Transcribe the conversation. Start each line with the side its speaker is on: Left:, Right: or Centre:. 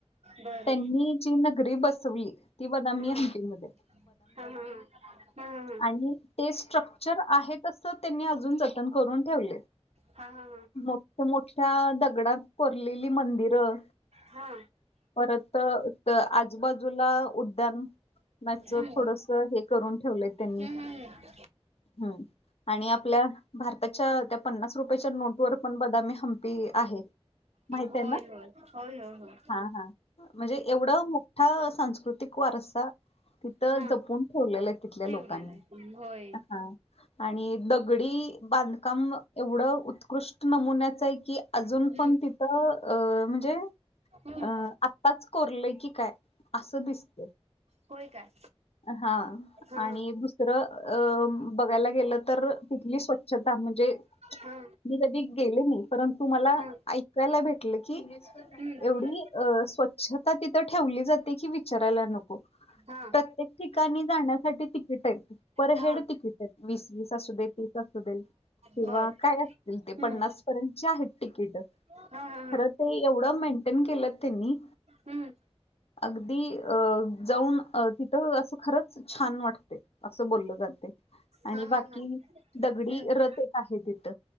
Right: बर
Left: त्यांनी जी नगरी बसवली ती बदामी
Right: हम्म
Left: हम्पी मध्ये.
Right: हा, हा, हा, हा, हा, हा.
Left: आणि ते स्ट्रक्चर आहे तस त्येनी अजून जतन करून ठेवलय.
Right: हा हा हा हा हा हा.
Left: मोठ -मोठ्या दगडात कोरलेली मंदिरं.
Right: हा.
Left: परत आजू-बाजूला उड्डाणं, नाही
Right: हम्म
Left: तर थोडस त हे करून ठेवलंय त्यांनी.
Right: हम्म हम्म हम्म
Left: ह आणि आपल्या, भारताच्या त्या पन्नास रुपयाच्या नोट वर पण बदामी, हंपी आहे. माहितीय
Right: होय
Left: ना.
Right: होय होय हो, हो.
Left: हा हा म्हणजे एवढं मोठा सांस्कृतिक वारसा, तिथं
Right: हा
Left: जपून ठेवलेल्या तिथल्या
Right: ठेवलेला
Left: लोकांनी.
Right: आहे होय
Left: हा आणि दगडी बांधकाम, एवढं उत्कृष्ट नमुन्याचं आहे की अजून
Right: हम्म
Left: पण तिथं अ म्हणजे,
Right: हम्म
Left: अ आत्ताच कोरलंय की काय असं दिसतय.
Right: होय काय
Left: हा
Right: हा
Left: आणि तिथं बघायला गेलं तर, तिथली स्वच्छता. म्हणजे
Right: हा
Left: मी कधी गेले नाही, परंतु मला
Right: हा
Left: ऐक ऐकायला भेट की,
Right: हम्म
Left: एवढी स्वच्छता तिथ ठेली जाते की विचा रायला, नको.
Right: हा.
Left: प्रत्येक ठिकाणी जाण्यासाठी तिकीट आहेत, पर
Right: हा
Left: हेड तिकीट आहेत. वीस वीस असू दे तीस असू दे, किंवा
Right: बर
Left: काय असतील ते,
Right: हम्म
Left: पन्नास पर्यंतचे आहेत तिकीट.
Right: हा, हा, हा.
Left: खरं ते एवढं मेंटेन केलं त्यांनी.
Right: हम्म
Left: अगदी अ, जाऊन अ तिथं असं खरंच छान वाटतय, असं बोललं जातयं. आणि
Right: हा हा
Left: बाकी,
Right: हा
Left: दगडी
Right: हम्म
Left: रथ एक आहे तिथ.